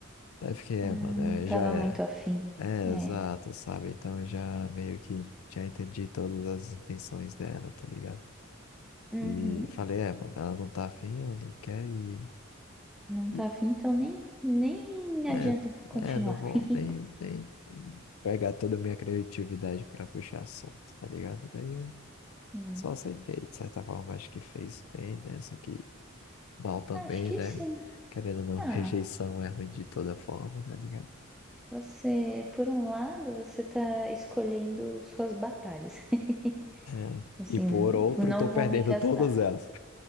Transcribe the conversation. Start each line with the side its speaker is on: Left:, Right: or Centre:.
Left: Aí eu fiquei, é,
Centre: Ah,
Left: mano,
Centre: não
Left: é,
Centre: tava
Left: já era.
Centre: muito afim.
Left: É,
Centre: É.
Left: exato, sabe? Então eu já meio que já entendi todas as intenções dela, tá ligado?
Centre: Uhum.
Left: E falei, é, mano, ela não tá afim, ela não quer e,
Centre: Não
Left: e
Centre: tá afim, então nem, nem
Left: é,
Centre: adianta continuar.
Left: é, não vou
Centre: <laughs>
Left: nem, nem pegar toda a minha criatividade pra puxar assunto, tá ligado? Daí eu
Centre: Sim.
Left: só aceitei, de certa forma, acho que fez bem, né? Só que mal também,
Centre: Acho que
Left: né?
Centre: sim.
Left: Querendo ou não,
Centre: Ah.
Left: rejeição é ruim de toda forma, tá ligado?
Centre: Você, por um lado, você tá escolhendo suas batalhas. <laughs>
Left: É.
Centre: Assim,
Left: E por outro,
Centre: tipo, não
Left: tô
Centre: vou
Left: perdendo
Centre: me gastar.
Left: todas elas.